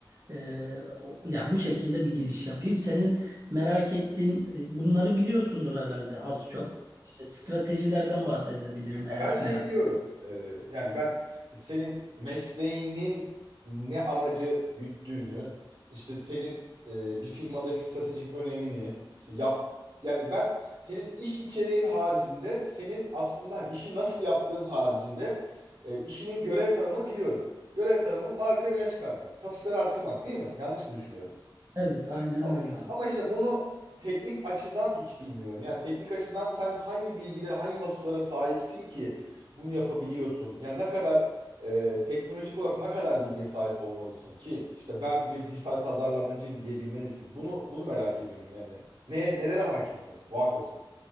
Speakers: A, on the right; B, on the right.
A: Ee, o- ya bu şekilde bir giriş yapayım. Senin merak ettiğin e, bunları biliyorsundur herhalde az çok. E, Stratejilerden bahsedebilirim eğer
B: Ya Ben şey
A: merak.
B: biliyorum. Ee, yani ben işte senin mesleğinin ne amacı güttüğünü, işte senin e, bir firmadaki stratejik önemini, işte yap yani ben senin iş içeriğin haricinde senin aslında hani işi nasıl yaptığın haricinde e, işinin görev tanımını biliyorum. Görev tanımın markayı öne çıkarmak, satışları artırmak değil mi? Yanlış mı düşünüyorum?
A: Evet, aynen
B: Tamam.
A: öyle abi.
B: Ama işte bunu teknik açıdan hiç bilmiyorum. Yani teknik açıdan sen hangi bilgilere, hangi vasıflara sahipsin ki bunu yapabiliyorsun? Yani ne kadar e, teknolojik olarak ne kadar bilgiye sahip olmalısın ki işte ben bir dijital pazarlamacıyım diyebilmelisin. Bunu bunu merak ediyorum yani. Ne nelere hakimsin, vakıfsın?